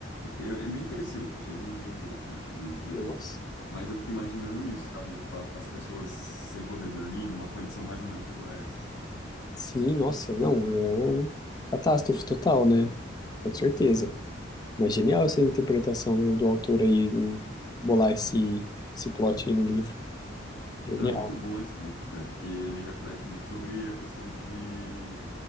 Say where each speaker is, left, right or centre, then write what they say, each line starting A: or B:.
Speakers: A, on the left; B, on the left.
A: é, é bem interessante, é um livro bem interessante de, de
B: Nossa.
A: ler. Mas eu fico imaginando isso, sabe? Tipo, a- as pessoas sem poder dormir numa condição mais ou menos igual a essa, assim.
B: Sim, nossa. Não, é um catástrofe total, né? Com certeza. Mas genial essa interpretação do, do autor aí em bolar esse, esse plot aí no livro. Genial.
A: Ah, muito bom esse livro, cara, porque ele reflete muito sobre a questão de